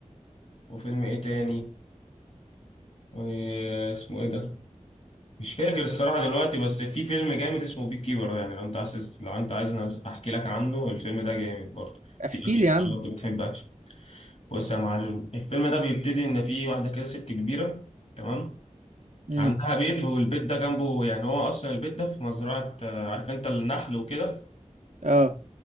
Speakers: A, on the left (about 60°); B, on the right (about 75°).
A: وفيلم ايه تاني واسمه ايه ده مش فاكر الصراحة دلوقتي بس في فيلم جامد اسمه بيك كيبر يعني لو انت عايز لو انت عايز احكي لك عنه الفيلم ده جامد برضه في
B: احكي
A: اكشن
B: لي عنه
A: بقى لو انت بتحب اكشن بص يا معلم الفيلم ده بيبتدي ان في واحدة كده ست كبيرة تمام
B: امم
A: عندها بيت والبيت ده جنبه يعني هو اصلا البيت ده في مزرعة آه، عارف انت النحل وكده
B: اه